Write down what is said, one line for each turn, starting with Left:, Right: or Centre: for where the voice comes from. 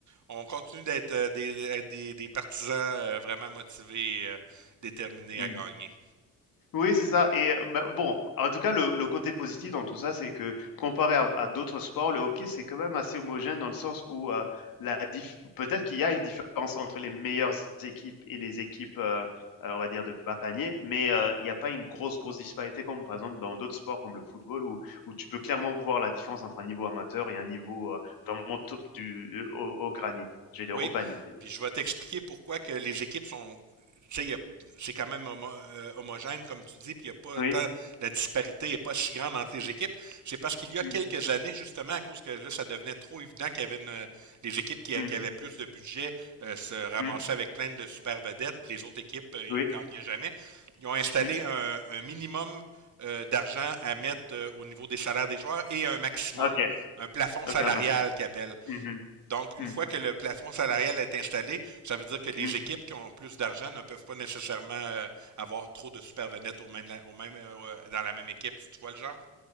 Right: on continue d'être euh, des, des, des, partisans euh, vraiment motivés et euh, déterminés
Left: Mm.
Right: à gagner.
Left: Oui, c'est ça et bah, bon, en tout cas, le le côté positif dans tout ça, c'est que comparé à à d'autres sports, le hockey, c'est quand même assez homogène dans le sens où, heu, la diff peut-être qu'il y a une différence entre les meilleures équipes et les équipes, heu heu, on va dire de bas panier, mais heu, il n'y a pas une grosse, grosse disparité comme par exemple dans d'autres sports comme le football où où tu peux clairement voir la différence entre un niveau amateur et un niveau, heu, vraiment top du, heu, au au granier, j'allais
Right: Oui,
Left: dire au panier, désolé.
Right: puis je vais t'expliquer pourquoi que les équipes sont, tu sais, il y a- c'est quand même homo- euh, homogène, comme tu dis, puis il y a pas
Left: Oui.
Right: tant, la disparité est pas si grande entre les équipes. C'est parce qu'il y a
Left: Mmh,
Right: quelques années, justement, à cause que là, ça devenait trop évident qu'il y avait une, les équipes qui,
Left: mmh,
Right: qui avaient plus de budget euh, se ramassaient
Left: mmh,
Right: avec plein de super vedettes, puis les autres équipes, euh, ils
Left: oui,
Right: gagnaient jamais. Ils ont installé
Left: mmh.
Right: un, un minimum euh, d'argent à mettre euh, au niveau des salaires des joueurs et un maximum,
Left: OK,
Right: un plafond salarial
Left: OK, un match.
Right: qu'ils appellent.
Left: Mmh mh,
Right: Donc, une
Left: mmh.
Right: fois que le plafond salarial est installé, ça veut dire que les
Left: Mmh.
Right: équipes qui ont plus d'argent ne peuvent pas nécessairement euh, avoir trop de supervenettes au même, au même, euh, dans la même équipe, si tu vois le genre.